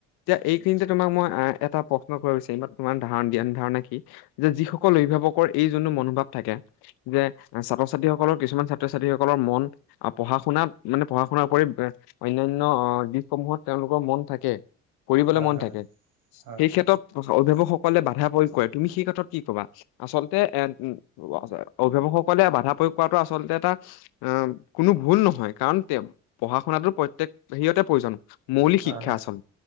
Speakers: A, on the left (about 75°); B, on the right (about 65°).
A: তিয়া, এইখিনি তোমাক মই আ, এটা প্ৰশ্ন কৰিব বিচাৰিম, বা তোমাৰ ধাৰণ জ্ঞান ধাৰণা কি, যে যিসকল অভিভাৱক সকৰ এই যোনটো মনোভাৱ থাকে, যে ছাত্ৰ ছাত্ৰীসকলৰ কিছুমান ছাত্ৰ ছাত্ৰীসকলৰ মন আ, পঢ়া শুনাত, মানে পঢ়া শুনাৰ উপৰি এ, অনান্য অ', দিশসমূহত তেওঁলোকৰ মন থাকে কৰিবলে
B: হয়
A: মন
B: হয়
A: থাকে।
B: হয়
A: সেই ক্ষেত্ৰত বস্ত অভিভাৱকসকলে বাধা প্ৰয়োগ কৰে, তুমি সেই ক্ষেত্ৰত কি কবা?। আচলতে এ <inaudible> অভিভাৱক সক কলে বাধা প্ৰয়োগ কৰাটো আচলতে এটা অ', কোনো ভুল নহয়, কাৰণ তেও, পঢ়া শুনাটো প্ৰত্যেক হেইয়তে প্ৰয়োজন মৌলিক
B: হয়
A: শিক্ষা
B: হয়
A: আচল,